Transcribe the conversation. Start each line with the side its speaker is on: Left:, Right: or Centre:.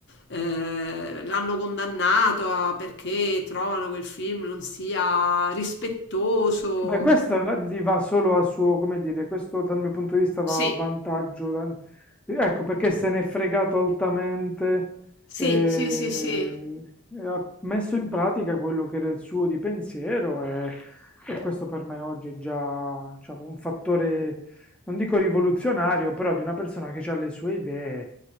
Left: eh, l'hanno condannato a- perché trovano che il film non sia rispettoso.
Centre: Beh, questo gli va solo a suo, come dire, questo dal mio punto di vista va
Left: Sì,
Centre: a vantaggio. da- Ecco perché se n'è fregato altamente
Left: sì,
Centre: eh,
Left: sì, sì, sì,
Centre: e, ha messo in pratica quello che era il suo di pensiero e, e questo per me oggi è già, diciamo, un fattore, non dico rivoluzionario, però di una persona che ha le sue idee,